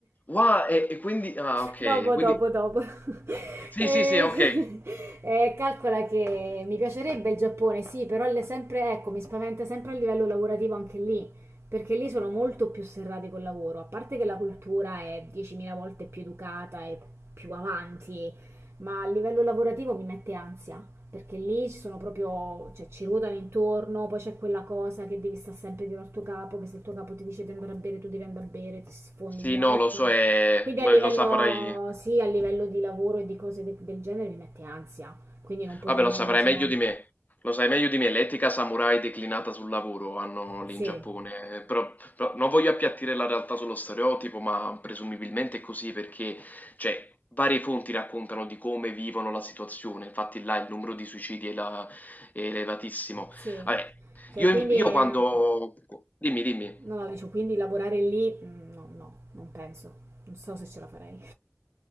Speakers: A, on the left; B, on the right.
A: wa" e e quindi ah okay,
B: Dopo,
A: quindi
B: dopo, dopo. <laughs>
A: sì,
B: Eh,
A: sì, sì, okay.
B: eh, calcola che mi piacerebbe il Giappone, sì, però le- sempre, ecco, mi spaventa sempre a livello lavorativo anche lì, perché lì sono molto più serrati col lavoro, a parte che la cultura è 10.000 volte più educata e più avanti, ma a livello lavorativo mi mette ansia, perché lì ci sono proprio, cioè ci ruotano intorno, poi c'è quella cosa che devi stare sempre dietro al tuo capo, che se il tuo capo ti dice di andare a bere, tu devi andare a bere, ti sfondi
A: Sì,
B: di alcol.
A: no, lo so, ehm,
B: Quindi
A: beh,
B: a livello,
A: lo saprai
B: sì, a livello di lavoro e di cose de- del genere mi mette ansia, quindi non potrei
A: Vabbè, lo
B: mai
A: saprai
B: immaginare.
A: meglio di me. Lo sai meglio di me, l'etica samurai declinata sul lavoro hanno lì
B: Sì,
A: in Giappone. Eh, Però, però non voglio appiattire la realtà sullo stereotipo, ma presumibilmente è così perché, cioè, varie fonti raccontano di come vivono la situazione. Infatti là il numero di suicidi è, la- è elevatissimo.
B: sì.
A: Vabbè,
B: Cioè,
A: io,
B: quindi,
A: io
B: eh,
A: quando...
B: no,
A: Dimmi, dimmi.
B: no, dicevo, quindi lavorare lì, mm, no, no, non penso. Non so se ce la farei.